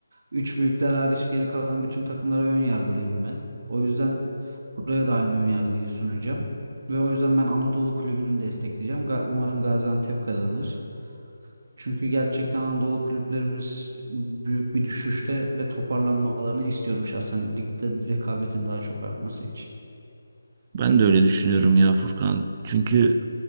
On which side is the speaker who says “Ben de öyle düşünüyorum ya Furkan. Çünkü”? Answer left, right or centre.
Right